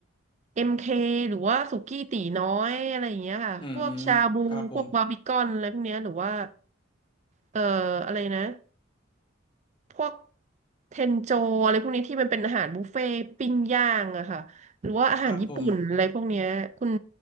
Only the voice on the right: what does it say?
เอ็มเคหรือว่าสุกี้ตี๋น้อยอะไรอย่างเงี้ยค่ะพวกชาบูพวกบาร์บีคอนอะไรพวกเนี้ยหรือว่า
เอ่ออะไรนะพวกเทนโจอะไรพวกนี้ที่มันเป็นอาหารบุฟเฟ่ต์ปิ้งย่างอะค่ะหรือว่าอาหารญี่ปุ่นอะไรพวกเนี้ยคุณ